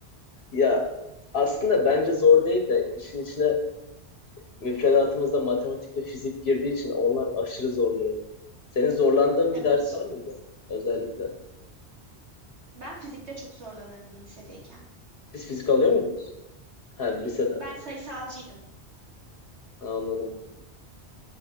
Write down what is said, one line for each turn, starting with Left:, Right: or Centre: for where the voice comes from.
Left: Ya aslında bence zor değil de işin içine müfredatımızda matematik ve fizik girdiği için onlar aşırı zorluyor. Senin zorlandığın
Right: Evet.
Left: bir ders var mıydı özellikle?
Right: Ben fizikte çok zorlanırdım lisedeyken.
Left: Siz fizik alıyor muydunuz? Ha lisede.
Right: Ben sayısalcıydım.
Left: Ha anladım.